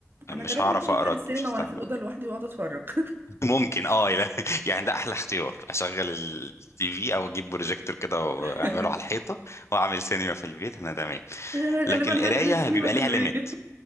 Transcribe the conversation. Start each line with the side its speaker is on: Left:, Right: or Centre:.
Left: مش
Right: انا غالبا
Left: هعرف
Right: هشغل
Left: اقرا
Right: السينما
Left: مش هستحمل
Right: وانا في الاوضه لوحدي واقعد اتفرج
Left: <laughs> ممكن اه لا. <laughs> يعني ده احلى اختيار اشغل التي في او اجيب بروجيكتور كده واعمله
Right: <laughs>
Left: على الحيطه واعمل سينما في البيت انا تمام
Right: انا غالبا
Left: لكن القرايه
Right: هنقل السينما
Left: بيبقى
Right: في
Left: ليها
Right: البيت
Left: ليميت